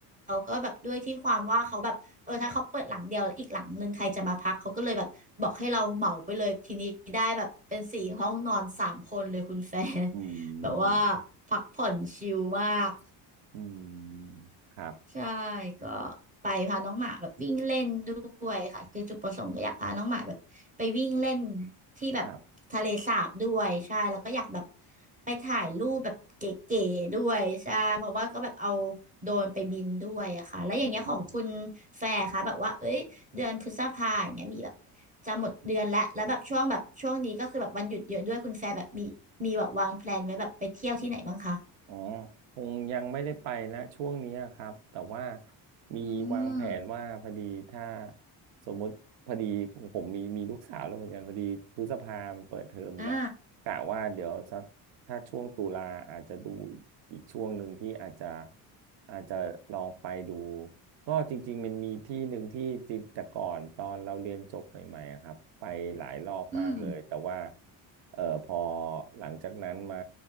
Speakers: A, on the right; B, on the right.
A: เขาก็แบบด้วยที่ความว่าเขาแบบเออถ้าเขาเปิดหลังเดียวแล้วอีกหลังหนึ่งใครจะมาพักเขาก็เลยแบบบอกให้เราเหมาไปเลยทีนี้ได้แบบเป็นสี่ห้องนอนสามคนเลยคุณแฟน
B: อื
A: <laughs> แบบว่า
B: ม
A: พักผ่อนชิลมาก
B: อืมครับ
A: ใช่ก็ไปพาน้องหมาแบบวิ่งเล่นด้วยค่ะคือจุดประสงค์ก็อยากพาน้องหมาแบบไปวิ่งเล่นที่แบบทะเลสาบด้วยใช่แล้วก็อยากแบบ
B: ครับ
A: ไปถ่ายรูปแบบเก๋ๆด้วยใช่เพราะว่าก็แบบเอาโดรนไปบินด้วยอะค่ะแล้วอย่างเงี้ยของคุณ
B: อืม
A: แฟร์คะแบบว่าเอ้ยเดือนพฤษภาอย่างเงี้ยมีแบบจะหมดเดือนแล้วแล้วแบบช่วงแบบช่วงนี้ก็คือแบบวันหยุดเยอะด้วยคุณแฟร์แบบมีมีแบบวางแพลนไว้แบบไปเที่ยวที่ไหนบ้างคะ
B: อ๋อคงยังไม่ได้ไปนะช่วงนี้อะครับแต่ว่ามีวางแผนว่าพอดีถ้า
A: อืม
B: สมมุติพอดีของผมมีมีลูกสาวแล้วเหมือนกันพอดีพฤษภามันเปิดเทอมไปแล้วกะว่าเดี๋ยวสักถ้าช่วงตุลาอาจจะดูอีกอีกช่วงหนึ่งที่อาจจะ
A: อ่า
B: อาจจะลองไปดูก็จริงๆมันมีที่หนึ่งที่จริงแต่ก่อนตอนเราเรียนจบใหม่ๆอะครับไปหลายรอบมากเลยแต่ว่า
A: อืม
B: เออพอหลังจากนั้นมา